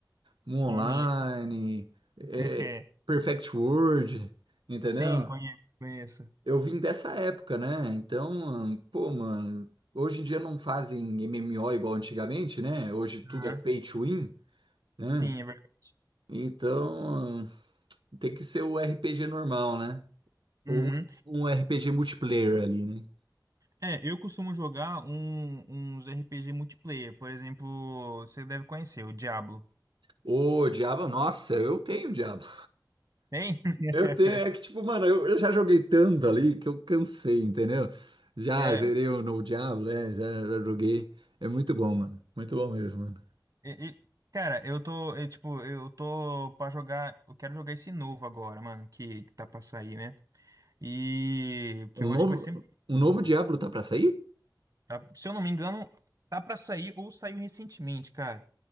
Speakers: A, on the right (about 85°); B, on the right (about 45°).
A: Moon
B: conheço.
A: Online, é,
B: <laughs>
A: Perfect World, entendeu?
B: Sim, conheço, conheço.
A: Eu vim dessa época, né? Então, pô, mano, hoje em dia não fazem MMO igual antigamente, né? Hoje tudo
B: Aham.
A: é pay to win, né?
B: Sim, é verdade.
A: Então, tem que ser o RPG normal, né? Ou
B: Uhum.
A: um um RPG multiplayer ali, né?
B: É, eu costumo jogar um- uns RPG multiplayer. Por exemplo, você deve conhecer o Diablo.
A: Ô, diabo, nossa, eu tenho diabo.
B: Tem? <laughs>
A: Eu tenho, é que tipo, mano, eu, eu já joguei tanto ali que eu cansei, entendeu? Já
B: É.
A: zerei o novo Diablo, né? já, já joguei. É muito bom, mano. Muito bom mesmo, mano.
B: E- e, cara, eu tô, eu, tipo, eu tô pra jogar, eu quero jogar esse novo agora, mano, que, que tá pra sair, né? E que
A: Um
B: eu
A: novo,
B: acho que vai ser muito
A: um
B: louco.
A: novo Diablo tá pra sair?
B: Tá? Se eu não me engano, tá pra sair ou saiu recentemente, cara.